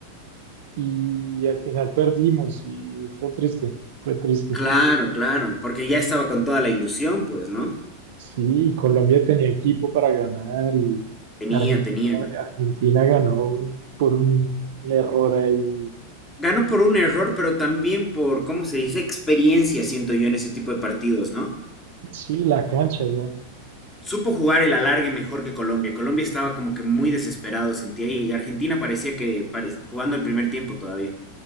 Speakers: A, on the right; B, on the left.
A: y al final perdimos y fue triste, fue triste.
B: claro, claro, porque ya estaba con toda la ilusión, pues, ¿no?
A: Sí, Colombia tenía equipo para ganar y
B: Tenía,
A: Argentina,
B: tenía.
A: Argentina ganó un- por un error ahí.
B: Ganó por un error, pero también por, ¿cómo se dice? Experiencia, siento yo, en ese tipo de partidos, ¿no?
A: Sí, la cancha ya.
B: Supo jugar el alargue mejor que Colombia. Colombia estaba como que muy desesperado, sentía, y Argentina parecía que pare- jugando el primer tiempo todavía.